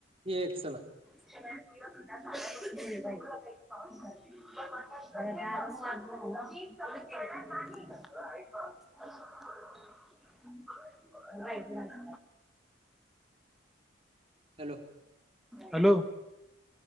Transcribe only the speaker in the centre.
ह <unintelligible> मि कामं करणार नाही. <inaudible>
hello.